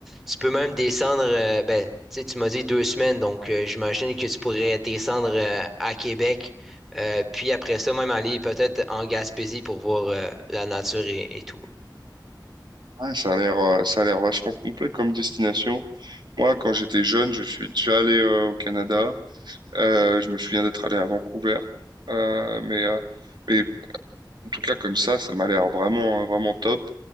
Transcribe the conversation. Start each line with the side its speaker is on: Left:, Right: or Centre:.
Centre: tu peux même descendre, euh, ben tu sais tu m'as dit deux semaines, donc euh, j'imagine que tu pourrais descendre euh, à Québec, euh, puis après ça même aller peut-être en Gaspésie pour voir euh, la nature et, et tout.
Right: Ah, ça a l'air, euh, ça a l'air vachement complet comme destination. Moi, quand j'étais jeune, je suis déjà allé euh, au Canada. Euh, je me souviens d'être allé à Vancouver. Euh, mais, euh, mais en tout cas, comme ça, ça m'a l'air vraiment, euh, vraiment top.